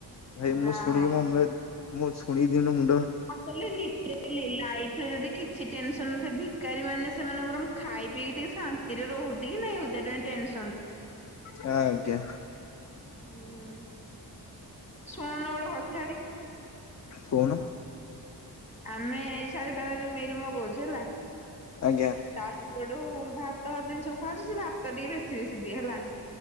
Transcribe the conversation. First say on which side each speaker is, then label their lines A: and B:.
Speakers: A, on the left; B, on the left.
A: ଭାଇ
B: ଯାହା
A: ମୁଁ ଶୁଣି କି ମୋ <unintelligible> ମୁଁ ଶୁଣ ଦିନ ମୁ
B: ଆକଚୁଆଲି ଲିଟରାଲୀ ଯଦି କିଛି ଟେନସନ ନଥିବ ଭି ଭିକାରୀ ମାନେ ସେମାନେ ବରଂ ଖାଇ ପିକି ଟିକେ ଶାନ୍ତିରେ ରହୁଛି କି ନାଇଁ, ୱିଥ ଆଉଟ୍ ଟେନସନ୍
A: ହଁ ଆଜ୍ଞା।
B: ହୁଁ। ଶୁଣୁନ ଗୋଟେ କଥାଟେ।
A: କହୁନ।
B: ଆମେ ଏଇ ସହେ ଟଙ୍କାରେ ଯୋଉ ମିଲ୍ ମଗଉଛୁ ହେଲା।
A: ଆଜ୍ଞା
B: ତା ଦେହରେ ସେଠୁ ଭାତ ଭାତ ଜିନିଷ ଖାଉୁଚୁ ସେ ଭାତ ଟିକେ ବେଶୀ ବେଶୀ ଦିଏ ହେଲା